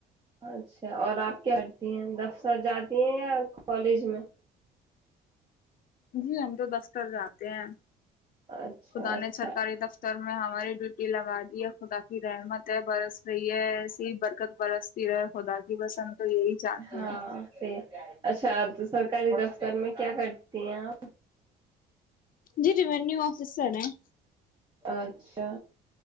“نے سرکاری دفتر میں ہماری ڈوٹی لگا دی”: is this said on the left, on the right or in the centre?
Left